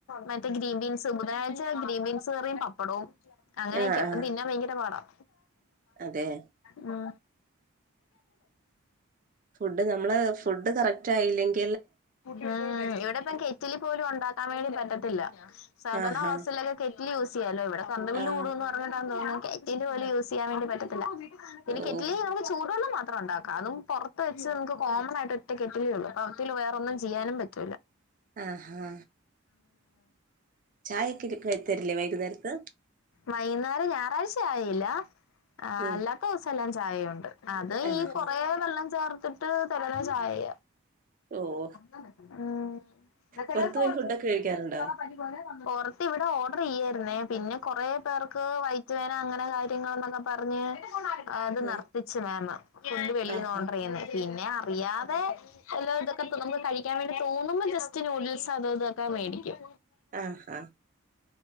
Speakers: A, on the left (about 80°); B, on the right (about 40°).
A: മറ്റേ ഗ്രീൻ ബീൻസ് ബുധനാഴ്ച ഗ്രീൻ ബീൻസ് കറയും പപ്പടവും അങ്ങനെയൊക്ക
B: ആഹ് ആഹ്
A: തിന്ന ഭയങ്കര പാടാം
B: അതെ
A: ഉ
B: ഫുഡ് നമ്മള് ഫുഡ് കറക്റ്റ് ആയില്ലെങ്കിൽ
A: ഉ ഇവിടെ ഇപ്പം കെറ്റിലി പോലും ഉണ്ടാക്കാൻ വേണ്ടി പറ്റത്തില്ല സാധാരണ
B: ആഹാ
A: ഹോസ്റ്റലൊക്കെ കെ യൂസ് ചെയ്യാലോ ഇവിടെ കരണ്ട് ബില്ല്
B: ആഹ്
A: കൂടുഎന്ന് പറഞ്ഞിട്ടാ തോന്ന കറ്റന്റെ പോല യസ് ചെയ്യാൻ വേി പറ്റ പിന്നെ
B: ഓഹ്
A: കെറ്റിലി നമുക്ക് ചൂടുള്ളത്രം മാത്രം ഉണ്ടാകാം അതും പുറത്ത് വച്ച് നമ്മുക്ക് ഒറ്റ കെറ്റിൽ ഒള്ളു ഒന്നും ചെയാനും പറ്റ
B: ആഹാ ചായക്കെ തരില്ലേ വൈകുന്നേരത്ത്
A: വൈകുന്നേരം ഞായറാഴ് ചായയില്ല ആ
B: ഉം
A: അല്ലാത്ത ദിവസം എല്ലാം ചായുണ്ട് അത്
B: ആഹാ
A: ഈ കൊറെ വെള്ളം ചേർത്തിട്ട് തരല ചായ
B: ഓഹ്
A: എന്ന ചിലപ്പോ
B: പുറത്തു പോയി ഫുഡൊക്കെ കഴിക്കാറുണ്ടോ
A: പരിപലെ <unintelligible> പുറത്ത് ഇവിടെ ഓർഡർ ചെയ്യായിരുന്നേ പിന്നെ കൊറ പേർക്ക് വൈറ്റവേന അങ്ങനെ കാര്യങ്ങളന്നൊക്കെ പറഞ്ഞ് അത് നർത്തിച്ചു
B: ആഹ്
A: മാം ഫുഡ് വെളിന്ന്
B: ആഹാ
A: ഓർഡർ ചെയ്യുന്നേ പിന്നെ അറിയാതെല്ല ഇതൊക്കെ നമുക്ക് കഴിക്കാൻ വേണ്ടി തോന്നുമ്പോ ജസ്റ്റ് നൂഡിൽസ് അതോ ഇതൊക്കെ മേടിക്കും
B: ആഹാ